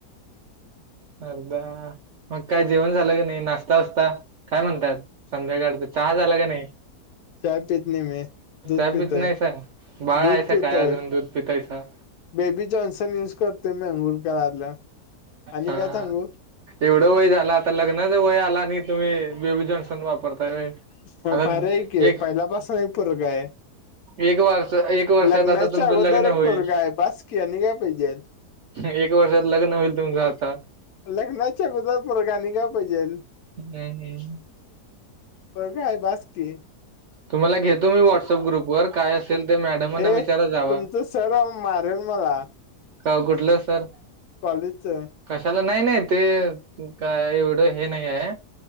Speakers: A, on the right (about 65°); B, on the left (about 70°).
A: अर्धा मग काय जेवण झाल का नाही नाश नाश्ता वास्ता काय म्हणताय संध्याकाळ चा चहा झाला का नाही
B: चाय पीत नाही मी दूध
A: चाय
B: पितोय
A: पित नाहीस आहे बाळ
B: दूध
A: आहेस
B: पितोय
A: काय अजुन दूध पितायसा
B: बेबी जॉन्सन यूज करते मी अंघोळ करायला आणि
A: हा
B: काय सांगु
A: एवढं वय झाल आता लग्नाच वय आला आणि तुम्ही बेबी जॉन्सन वापरताय होय
B: म
A: आता
B: भारी आहे की
A: एक
B: पहिल्यापासुन एक पोरग आहे
A: एक वर्ष एक वर्षात
B: लग्नाच्या
A: आता तुमचं
B: अगोदर
A: लग्न
B: एक
A: होईल
B: पोरगा आहे बास की आणि काय पाहिजेत
A: एक वर्षात लग्न होईल तुमच करतात
B: लग्नाच्या अगोदर पोरगा आणि काय पाहिजेल
A: हम्म
B: पोरगा आहे बास की
A: तुम्हाला घेतो मी व्हॉट्सअप ग्रुप वर काय असेल ते मॅडमांना
B: हे
A: विचारत जावा
B: तुमच सर मारील मला
A: का ओ कुठल सर
B: कॉलेजच
A: कशाला नाही नाही ते काय एवढ हे नाही आहे